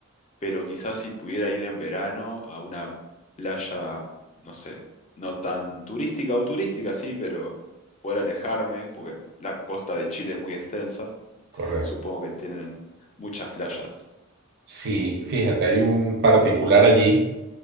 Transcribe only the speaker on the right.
Correcto.
Sí, fíjate, hay un particular allí